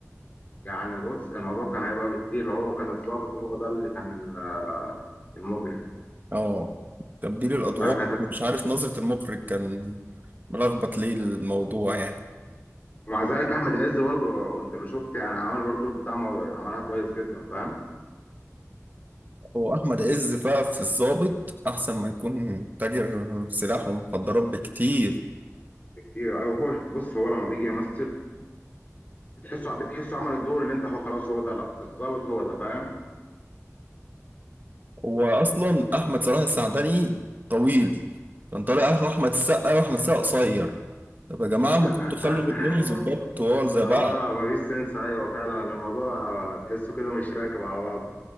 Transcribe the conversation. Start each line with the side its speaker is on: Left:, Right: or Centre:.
Left: يعني بص الموضوع كان هيبقى بكتير لو هو كان الضابط وهو ده اللي كان ال- المجرم
Right: اه تبديل الادوار
Left: لا كانت
Right: مش عارف نظرة المخرج كان ملخبط ليه الموضوع يعني
Left: ومع ذلك احمد عز برضه انت لو شفت يعني عامل برضه البتاع مو- عملها كويس جدا فاهم
Right: هو احمد عز بقى في الضابط احسن ما يكون تاجر سلاح ومخدرات بكتير
Left: ايه ايوه هو بص هو لما بيجي يمثل بتحسه بتحسه عمل الدور اللي انت هو خلاص هو ده لا الظابط هو ده فاهم
Right: هو اصلا احمد صلاح السعدني طويل كان طالع اخو احمد السقا واحمد السقا قصير طب يا جماعه
Left: <laughs>
Right: ما كنتوا خلوا الاتنين ظباط طوال زي
Left: اه
Right: بعض
Left: مفيش سنس ايوه فعلا الموضوع آه، تحسه كده مش راكب على بعضه